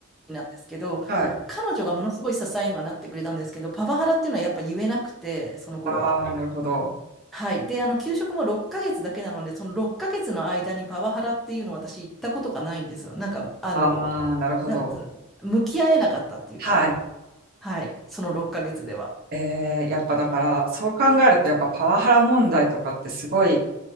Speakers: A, in the centre; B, on the right.
A: なんですけど、
B: はい。
A: 彼女がものすごい支えにはなってくれたんですけど、パワハラっていうのはやっぱ言えなくて、その頃は。
B: ああ、なるほど。
A: はい。で、あの、給食も6ヶ月だけなので、その6ヶ月の間にパワハラっていうのを私行ったことがないんですよ。なんか、あの、
B: ああ、なるほど。
A: なんと、向き合えなかったっていうか、
B: はい。
A: はい。その6ヶ月では。
B: えー、やっぱだから、そう考えると、やっぱパワハラ問題とかってすごい、